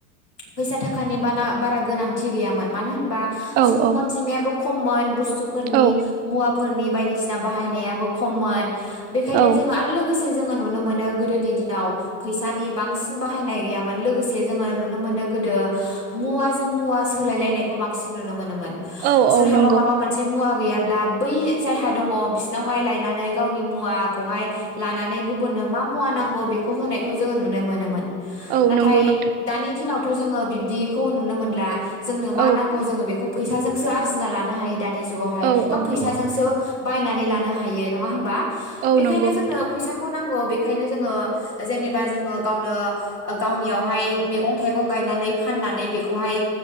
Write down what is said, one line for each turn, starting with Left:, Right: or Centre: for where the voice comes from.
Left: फैसा थाखानि बा बारा गोनांथि गैयामोन मानो होन बा
Right: औ
Left: सुबुं
Right: औ
Left: अनजिमायाबो खममोन बुस्थु सु फोरनि
Right: औ
Left: मुवा फोरनि बायदिसिना बाहायनायाबो खममोन बेखायनो
Right: औ
Left: जों आरो लोगोसे जोङो नुनो मोनो गोदोनि दिनाव फैसानि बांसिन बाहायनाय गैयामोन लोगोसे जोङो नुनो मोनो गोदो मुवाजों मुवा सोलायलायनायखौ बांसिन नुनो मोनोमोन
Right: औ
Left: सोरहाबा
Right: औ नंगौ
Left: माबा मोनसे मुवा गैयाब अब्ला बै जायहा दङ बिसिनावहाय लायनानै गावनि मुवाखौहाय लानानै गुबुननो मा मुवा नांगौ बेखौ होनायखौ जोङो नुनो मोनोमोन
Right: औ
Left: नाथाय
Right: नंगौ नोंथां
Left: दानि दिनावथ' जोङो बिब दिखौ नुनो मोनला जोंनो मा
Right: औ
Left: नांगौ
Right: नंगौ
Left: जोङो बेखौ फैस फिथाजोंसो आरजिना लानो हायो दानि जुगावहाय
Right: औ
Left: बा
Right: औ
Left: फैसाजोंसो
Right: नंगौ
Left: बायनानै लानो हायो नङा होमबा
Right: औ
Left: बेखायनो
Right: नंगौ
Left: जोंनो
Right: नोंथां
Left: फैसाखौ नांगौ बेखायनो जोङो जेनेबा जोङो गावनो गावनियावहाय मैगं थाइगं गायनानै फाननानै बेखौहाय